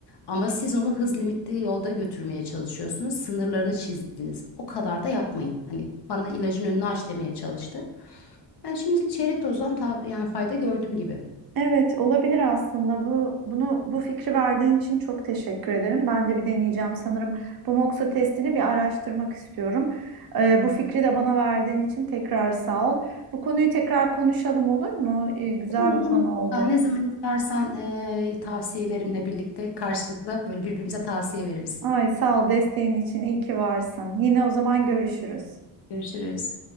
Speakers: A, on the left (about 55°); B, on the right (about 50°).
A: ama siz onu hız limitli yolda götürmeye çalışıyorsunuz sınırlarını çizdiniz o kadar da yapmayın. Hani bana ilacın önünü aç demeye çalıştı. Ben şimdilik çeyrek dozdan ta- yani fayda gördüm gibi.
B: Evet, olabilir aslında. Bu bunu bu fikri verdiğin için çok teşekkür ederim. Ben de bir deneyeceğim sanırım. Bu Moxa testini bir araştırmak istiyorum. Ee, bu
A: Hı
B: fikri
A: hı.
B: de bana verdiğin için tekrar sağ ol. Bu konuyu tekrar konuşalım olur mu? Ee, güzel
A: Olur olur
B: bir konu
A: mutlaka
B: oldu.
A: ne zaman istersen eee, tavsiyelerimle birlikte karşılıklı böyle birbirimize tavsiye veririz.
B: Ay sağ ol desteğin için. İyi ki varsın. Yine o zaman görüşürüz.
A: Görüşürüz.